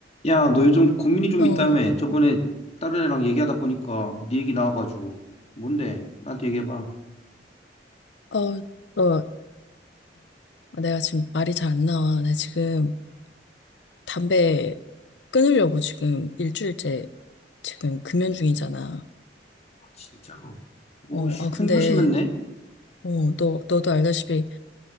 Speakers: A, on the left; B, on the left.
A: 야, 너 요즘 고민이 좀
B: 어,
A: 있다며. 저번에 다른 애랑 얘기하다 보니까 네 얘기 나와가지고. 뭔데? 나한테 얘기해봐.
B: 어, 너, 내가 지금 말이 잘 안 나와. 나 지금 담배 끊으려고 지금 일주일째 지금 금연 중이잖아.
A: 아, 진짜. 오,
B: 어,
A: 씨,
B: 아,
A: 큰
B: 근데,
A: 결심했네?
B: 어, 너, 너도 알다시피